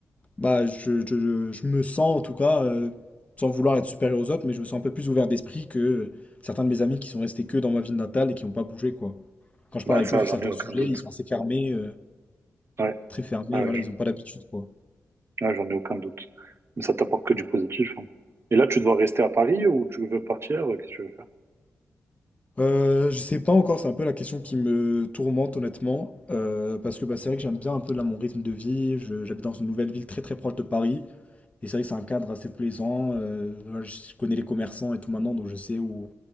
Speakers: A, on the left; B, on the right.
A: Bah, je, je- je- je me sens en tout cas, euh, sans vouloir être supérieur aux autres, mais je me sens un peu plus ouvert d'esprit que euh, certains de mes amis qui sont restés que dans ma ville natale et qui n'ont pas bougé, quoi. Quand je
B: Bah
A: parle avec
B: ça,
A: eux sur
B: j'en
A: certains
B: ai aucun
A: sujets,
B: doute.
A: ils sont assez fermés, euh,
B: Ouais,
A: très fermés,
B: ouais,
A: et
B: ouais,
A: voilà, ils n'ont pas l'habitude, quoi.
B: je- ouais, j'en ai aucun doute. Mais ça t'apporte que du positif. hein. Et là, tu dois rester à Paris ou tu veux partir? Qu'est-ce que tu veux
A: Euh, je sais pas encore, c'est un peu la question qui me tourmente honnêtement, euh, parce que bah, c'est vrai que j'aime bien un peu là mon rythme de vie, je- j'habite dans une nouvelle ville très très proche de Paris, et c'est vrai que c'est un cadre assez plaisant, euh, voilà, je je connais les commerçants et tout maintenant, donc je sais où,